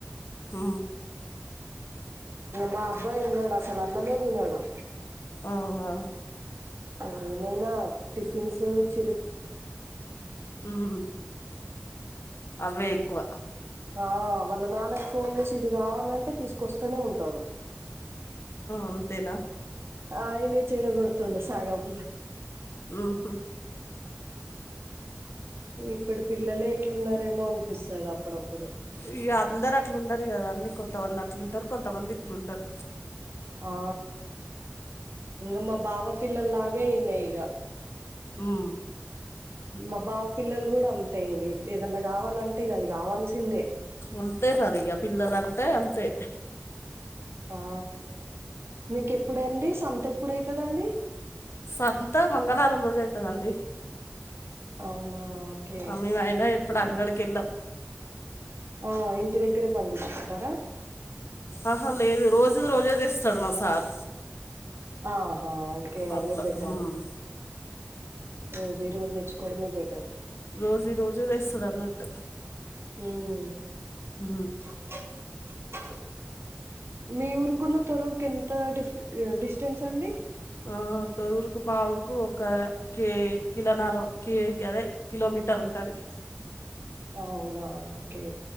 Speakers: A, on the left; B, on the right.
A: హ
B: మా అబ్బాయి వున్నాడు అసలు అన్నం ఏ తినడు
A: అవునా
B: నేనైనా టిఫిన్స్ చె
A: హ్మ్ అవే ఎక్కువ
B: ఆ వాళ్ళ నాన్నా కు ఫోన్ చేసి ఇది కావాలంటే తీసుకొస్తనే ఉంటాడు
A: అంతేనా
B: ఆయనే చెడ గొడుతుండు సగం
A: ఉహ
B: ఇప్పటి పిల్లలే ఎట్లున్నారెమోఅనిపిస్తది అప్పుడప్పుడు
A: ఇగ అందరర్ అట్లుండరు కదా అన్నీ కొంతమంది అట్లుంటరు కొంతమంది ఇట్లుంటర్
B: ఆ ఇంగ మా బావ పిల్లల్లాగే ఇనయ్
A: హ్మ్
B: మా బావ పిల్లల్ గూడా అంతే ఇంగ ఏదన్నా కావాలంటే ఇగ అది కావాల్సిందే
A: అంతే మరి ఇగ పిల్లలంటే అంతే
B: ఆ మీకెప్పుడు అండి సంత ఎప్పుడయితదండి
A: సంతా మంగళవారం రోజు అయితదండి
B: అవునా ఓకే
A: మేమయినా ఎప్పుడు అంగడికెళ్ళమ్
B: ఆ ఇంటి దగ్గరే పండించుకుంటా
A: ఆహా లేదు రోజుది రోజె తెస్తడు మా సార్
B: ఆహా ఓకే
A: అట్లా
B: అవె బెటరు
A: ఉమ్.
B: రోజువి రోజు తెచ్చుకోవడమే బెట్రు
A: రోజువి రోజే తెస్తడ్ అన్నట్టు
B: హ్మ్
A: హ
B: ఆ మీ ఊరుకును తొరూరుకి ఎంత డిఫ్ డిస్టెన్స్ అండి
A: ఆ తొరురుకు మా ఊరుకు ఒక కే కిలోన్నారా కే అదే కిలోమీటర్ ఉంటాది
B: <inaudible> అవునా ఓకే